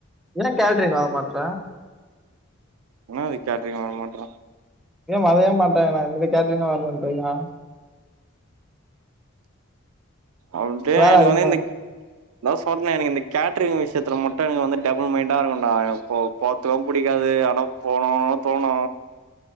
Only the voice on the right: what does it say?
இன்னாது கேட்ரிங் வரமாட்ற
அப் டே
எனக்கு
வந்து இந்த அதா சொன்னே எனக்கு இந்த கேட்ட்ரிங் விஷயத்துல மட்டு எனக்கு வந்து டபுள் மைண்டா இருக்குண்டா, எனக்கு போ போறத்துக்கு புடிக்காது ஆனா போனுனு தோணு